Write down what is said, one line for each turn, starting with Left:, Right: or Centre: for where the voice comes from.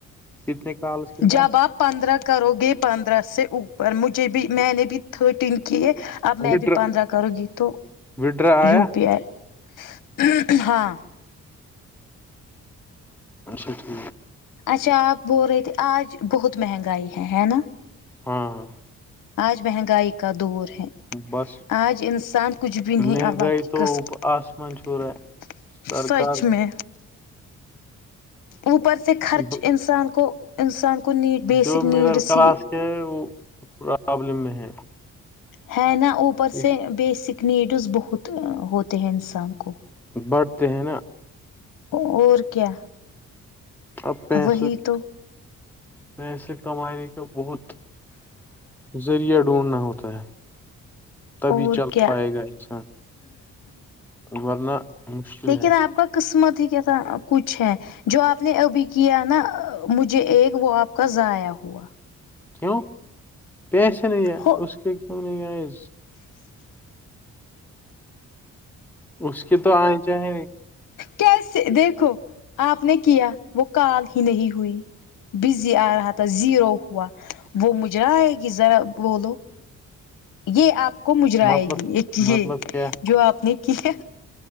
Centre: کتنے کالس کے بعد
Left: جب آپ پندرہ کرو گے پندرہ سے اوپر مجھے بھی میں نے بھی تھرٹین کیے اب میں
Centre: وڈرا
Left: ابھی پندرہ کروں گی تو
Centre: وڈرا آیا
Left: یو پی آئی ہاں
Centre: اچھا ٹھیک
Left: اچھا آپ بول رہے تھے آج بہت مہنگائی ہے ہے نا
Centre: ہاں ہاں
Left: آج مہنگائی کا دور ہے
Centre: بس
Left: آج انسان کچھ بھی نہیںں
Centre: مہنگائی
Left: اللہ کی
Centre: تو
Left: قسم
Centre: اوپ- آسمان چھو رہا ہے سرکار
Left: سچ میں اوپر ‌ سے خرچ
Centre: ب-
Left: ا انسان کو انسان کو نیڈ بیسک
Centre: جو مڈل
Left: نیڈس
Centre: کلاس
Left: ہی
Centre: وہ پرابلم میں ہے
Left: ہے نا اوپر
Centre: اس
Left: سے بیسک نیڈز بہت ہوتے ہیں انسان کو
Centre: بڑھتے ہیں نا
Left: اور کیا
Centre: اب پیسے
Left: وہی تو
Centre: پیسے کمانے کا بہت ذریعہ ڈھونڈھنا ہوتا ہے تبھی
Left: اور
Centre: چل
Left: کیا
Centre: پائے گا انسان ورنا مشکل
Left: لیکن
Centre: ہے
Left: آپ کا قسمت ہی کیا کچھ ہے جو آپ نے ابھی کیا نا مجھے ایک وہ آپ کا ضائع ہوا
Centre: کیوں پیسے نہیں ہیں
Left: ہو
Centre: اس کے کیوں نہیں آئے اس کی تو آنے چاہیں
Left: کیسے دیکھو آپ نے کیا وہ کال ہی نہیں ہوئی بزی آ رہا تھا زیرو ہوا وہ مجرا آئے گی ذرا بولو
Centre: <unintelligible>
Left: یہ آپ کو مجرائے
Centre: مطلب
Left: گی ایک
Centre: مطلب
Left: یہ
Centre: کیا
Left: جو آپ نے کیا